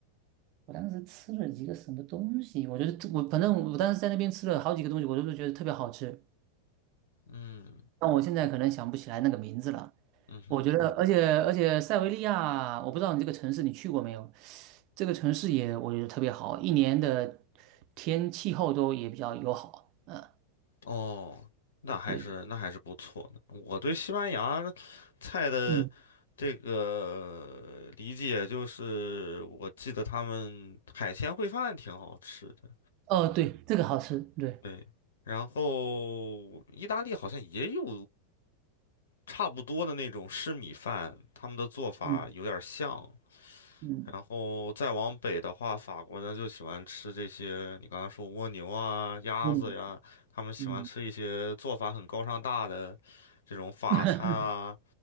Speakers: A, on the right (about 40°); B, on the left (about 65°).
A: 我当时吃了几个什么东西，我觉得我反正我当时在那边吃了好几个东西，我都是觉得特别好吃，
B: 嗯，
A: 但我现在可能想不起来那个名字了。
B: 嗯哼。
A: 我觉得，而且而且塞维利亚，我不知道你这个城市你去过没有？这个城市也我觉得特别好，一年的天气候都也比较友好。嗯，
B: 哦，那还是那还是不错的。
A: 对，
B: 我对西班牙菜的这个理解就是，
A: 嗯，
B: 我记得他们海鲜烩饭挺好吃的，
A: 哦，对，这个好吃，对，
B: 对。然后意大利好像也有差不多的那种湿米饭，他们的做法有点像。
A: 嗯嗯
B: 然后再往北的话，法国人就喜欢吃这些，你刚才说蜗牛啊、鸭子呀，
A: 嗯
B: 他们喜欢吃一些做法很高尚大的这种法餐啊
A: 嗯 <laughs> 嗯，